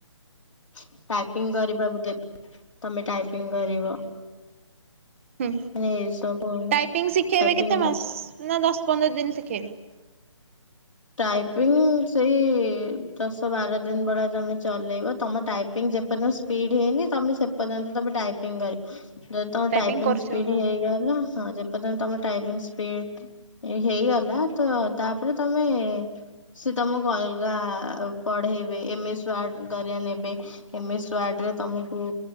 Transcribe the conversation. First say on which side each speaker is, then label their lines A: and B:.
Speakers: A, on the left; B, on the right.
A: ଟାଇପିଂ କରିବାକୁ ଦେବେ। ତମେ ଟାଇପିଂ କରିବ।
B: ହୁଁ
A: ମାନେ ଏଇ ସବୁ
B: ଟାଇପିଙ୍ଗ ଶିଖେଇବେ
A: ଟାଇପିଂ
B: କେତେ ମାସ ନା ଦଶ ପନ୍ଦର ଦିନ ଶିଖେଇବେ?
A: ଟାଇପିଙ୍ଗ ସେଇ ଦଶ ବାର ଦିନ ଭଳିଆ ତମେ ଚଲେଇବ। ତମ ଟାଇପିଙ୍ଗ ଯେପର୍ଯ୍ୟ <unintelligible> ସ୍ପିଡ ହେଇନି ତମେ ସେ ପର୍ଯ୍ୟନ୍ତ ତମେ ଟାଇପିଙ୍ଗ କରିବ। ଯଦି ତମ
B: ଟାଇପିଂ
A: ଟାଇପିଙ୍ଗ
B: କରୁଥିବ
A: ସ୍ପିଡ
B: ହଁ
A: ହେଇଗଲା ହଁ ଯେ ପର୍ଯ୍ୟନ୍ତ ତମ ଟାଇପିଙ୍ଗ ସ୍ପିଡ ହେଇଗଲା ତ ତାପରେ ତମ ମେ ସେ ତମକୁ ଅଲଗା ପଢେଇବେ। ଏମଏସ ୱାର୍ଡ କରିଆ ନେବେ। ଏମ୍ଏସ ୱାର୍ଡ଼ରେ ତୁମକୁ